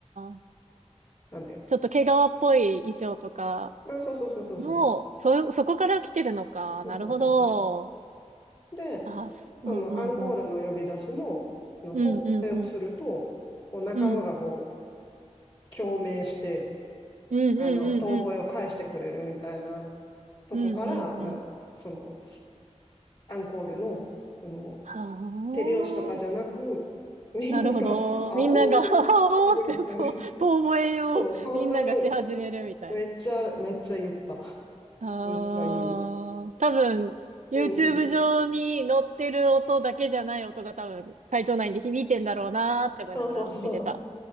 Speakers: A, on the right; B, on the left.
A: ー、
B: なのよ。
A: ちょっと毛皮っぽい衣装とか、
B: うん、そうそうそうそうそうそう。
A: もう、そ、そこから来てるのか。
B: そうそうそうそ
A: なるほど。
B: う。で、
A: あー、すうんうんうん。
B: そのアンコールの呼び出しの、の遠吠えをすると、
A: うんうんうん。
B: こう仲間がこ
A: うん。
B: う共鳴して、
A: うんうんうんうん。
B: あの、遠吠えを返してくれるみたいなとこから、
A: うんうんうん。
B: あそのアンコールの、その
A: はあ。
B: 手拍子とかじゃなく、みんなが、
A: なるほど。
B: <laughs> あおーっ
A: みんなが、<laughs> おーって、
B: てるみたいな。
A: そう、遠吠えをみんながし始めるみたいな。
B: そう、本当にめっちゃ、めっちゃ言った。
A: ああ、
B: めっちゃ言う。
A: 多分、YouTube
B: うんうん。
A: 上に載ってる音だけじゃない音が多分、会場内に響いてんだろうなーって思いながら見てた。
B: そうそうそう。